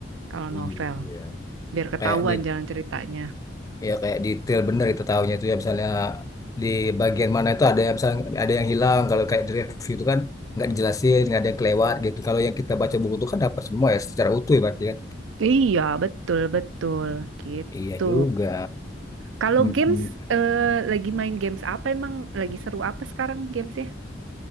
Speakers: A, on the right (about 85°); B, on the left (about 20°).
A: kalau novel,
B: iya,
A: biar ketahuan
B: kayak di
A: jalan ceritanya.
B: ya kayak detail bener itu tahunya itu ya misalnya di bagian mana itu ada yang misalnya ada yang hilang kalau kayak di review itu kan nggak dijelasin nggak ada yang kelewat gitu. Kalau yang kita baca buku itu kan dapat semua ya secara utuh ya berarti kan.
A: Iya, betul betul gitu.
B: Iya juga.
A: Kalau
B: Mm-mm.
A: games eh, lagi main games apa emang lagi seru apa sekarang gamesnya?